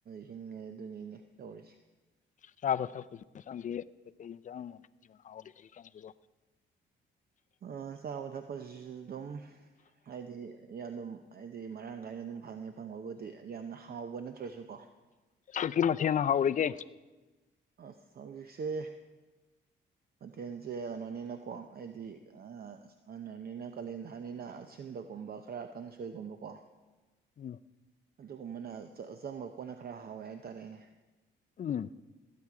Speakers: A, on the right; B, on the left.
A: ꯍꯤꯡꯉꯦ ꯑꯗꯨꯅꯤꯅꯦ ꯇꯧꯔꯤꯁꯦ
B: ꯆꯥꯕ ꯊꯛꯄꯗꯤ ꯃꯇꯥꯡꯗꯤ ꯀ ꯀꯩ ꯌꯦꯟꯁꯥꯡ ꯍꯥꯎꯔꯤꯒ‌ꯦ ꯍꯧꯖꯤꯛꯀꯥꯟꯖꯤꯕ‌ꯣ
A: ꯑ ꯆꯥꯕ ꯊꯛꯄꯁꯤꯁꯨ ꯑꯗꯨꯝ ꯍꯥꯏꯗꯤ ꯌꯥꯝꯅ ꯍꯥꯏꯗꯤ ꯃꯔꯥꯡ ꯀꯥꯏꯅ ꯑꯗꯨꯝ ꯐꯪꯉꯦ ꯐꯪꯕꯕꯨꯗꯤ ꯌꯥꯝꯅ ꯍꯥꯎꯕ ꯅꯠꯇ꯭ꯔꯁꯨ ꯀꯣ
B: ꯀꯔꯤ ꯃꯊꯦꯜꯅ ꯍꯥꯎꯔꯤꯒꯦ
A: ꯑꯁ ꯍꯧꯖꯤꯛꯁꯦ ꯃꯊꯦꯜꯁꯦ ꯀꯩꯅꯣꯅꯤꯅꯀꯣ ꯑꯩꯗꯤ ꯑꯁ ꯍꯥꯟꯅꯅꯤꯅ ꯀꯥꯂꯦꯟ ꯊꯥꯅꯤꯅ ꯑꯁꯤꯟꯕꯒꯨꯝꯕ ꯈꯔ ꯀꯥꯡꯁꯣꯏꯒꯨꯝꯕꯀꯣ
B: ꯑꯝ
A: ꯑꯗꯨꯒꯨꯝꯕꯅ ꯑꯆꯝꯕ ꯄꯣꯠꯅ ꯈꯔ ꯍꯥꯎꯋꯦ ꯍꯥꯏꯇꯥꯔꯦꯅꯦ
B: ꯎꯝ